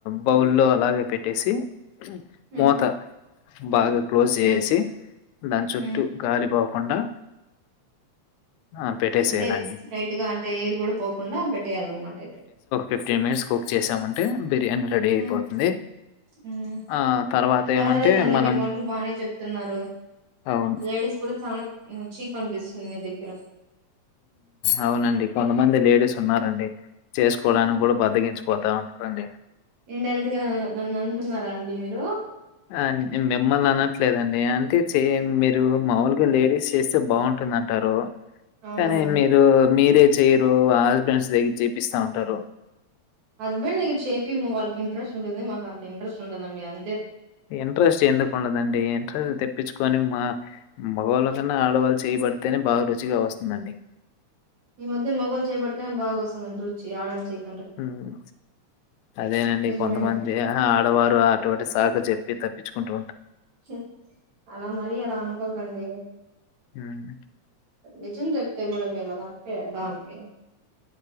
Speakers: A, on the left; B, on the right.
A: బౌల్లో అలాగే పెట్టేసి
B: ఉమ్
A: మూత బాగా క్లోజ్ చేేసి
B: ఉమ్
A: దాని చుట్టూ
B: ఉమ్
A: గాలి పోకుండా ఆ! పెట్టేసేయాలండి.
B: అంటే టైట్గా అంటే ఎయిర్ కూడా పోకుండా పెట్టేయాలన్నమాట అయితే
A: ఫిఫ్టీన్ మినిట్స్ కుక్ చేసామంటే బిర్యానీ రెడీ అయిపోతుంది
B: ఉమ్ ఉమ్
A: ఆ తర్వాత
B: పర్వాలేదండి
A: ఏమంటే మనం
B: మీరు వంటలు బాగానే చెప్తున్నారు
A: అవును.
B: లేడీస్ కూడా చాలా చీప్ అనిపిస్తుంది మీ దగ్గర
A: అవునండి కొంతమంది లేడీస్ ఉన్నారండి చేసుకోవడానికి కూడా బద్దకిించిపోతా ఉంటారండి
B: ఇన్డైరెక్ట్ గా నను అంటున్నారా అండి మీరు
A: ఆ మిమ్మల్ని అనట్లేదండి అంటే చేయ మీరు మాములు గా లేడీస్ చేస్తే బాగుంటుందంటారు,
B: అవునండి
A: కానీ మీరు మీరే చేయరు, ఆ హస్బెండ్స్ దగ్గర చేపిస్తా ఉంటారు.
B: హస్బెండ్ దగ్గర చేపియ్యము, వాళ్ళకు ఇంట్రస్ట్ ఉండిద్ది మాకు అంత ఇంట్రెస్ట్ ఉండదండి అం
A: ఇంట్రెస్ట్ ఎందుకు ఉండదండి ఇంట్రెస్ట్ తెప్పించుకొని మా మగవాళ్ళ కన్నా ఆడవాళ్ళు చెయ్యి బడితేనే బాగా రుచిగా వస్తుందండి.
B: ఈ మధ్య మొగోళ్ళు చేయిపడితేనే బాగా వస్తుందండి రుచి ఆడోల్ల చేయి
A: ఉమ్ అదేనండి
B: నిజమే
A: కొంతమంది ఆడవారు అటువంటి సాకు చెప్ ప్పి తప్పించుకుంటు
B: చి అలా మరీ అలా అనుకోకండి.
A: ఉమ్
B: నిజం చెప్తే కూడా మీరు అలా ఎలా అండి